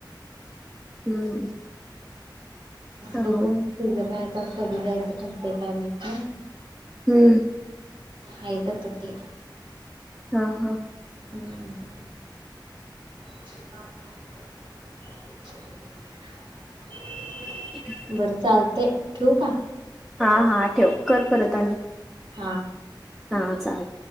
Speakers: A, in the centre; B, on the right.
A: हम्म चांगलं
B: बघू. ति ज काय आता कधी जायचं ठरते काय माहित
A: हम्म
B: ह तर त ते
A: हा हा.
B: हम्म. <inaudible>
A: <inaudible>
B: बरं चालते ठेवू का?
A: हा हा ठेव कर परत आणि
B: हा.
A: हां चाल